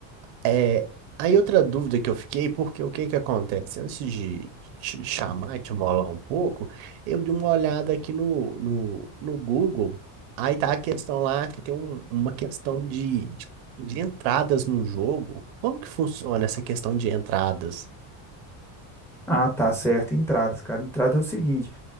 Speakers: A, on the right (about 75°); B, in the centre.
A: É, aí outra dúvida que eu fiquei, porque o que que acontece? Antes de te chamar, e te molar um pouco, eu dei uma olhada aqui no, no, no Google, aí tá a questão lá que tem um- uma questão de, de, de entradas no jogo. Como que funciona essa questão de entradas?
B: Ah, tá certo. Entradas, cara. Entrada é o seguinte.